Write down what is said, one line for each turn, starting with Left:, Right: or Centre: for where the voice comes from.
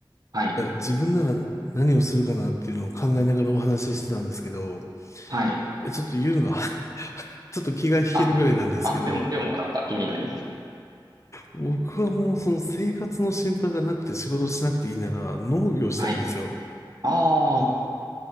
Right: はい。
Left: いや、自分なら何をするかなっていうのを考えながらお話ししてたんですけど、
Right: はい。
Left: えちょっと言うのが <laughs> ちょっと気が引けるぐらいなんですけど、
Right: あ、あ、でも、でもなんか気になります。
Left: 僕はもうその生活の心配がなくて仕事しなくていいなら農業したいんですよ。
Right: はい。ああ、